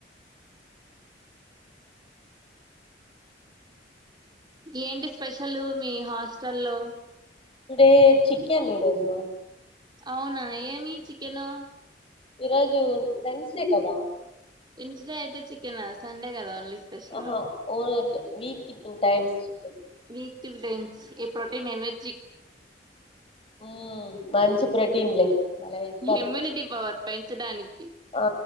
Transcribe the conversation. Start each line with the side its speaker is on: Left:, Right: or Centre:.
Right: ఏంటి స్పెషల్ మీ హాస్టల్ లో
Left: ఇప్పుడే చికెన్ ఈ రోజు
Right: అవునా ఏమి చికెను
Left: ఈరోజు వెండ్స్ డే కదా
Right: వెండ్స్ డే అయితే చికెనా సండే కదా ఓన్లీ స్పెషల్
Left: ఓహో ఓరొట్టె వీక్ కి two times chicken
Right: week two times ఏ ప్రోటీన్ ఎనర్జీ
Left: మ్మ్, మంచి ప్రోటీన్లే భలే ఇస్తారు
Right: ఇమ్యూనిటీ పవర్ పెంచడానికి
Left: ఆ